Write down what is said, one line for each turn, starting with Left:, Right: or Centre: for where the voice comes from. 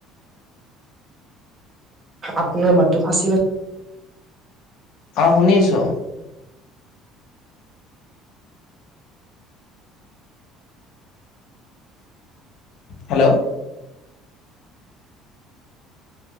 Right: আপোনাৰ মাতটো ফাচি ফাচ-
Left: অ শুনিছো। হেল্ল'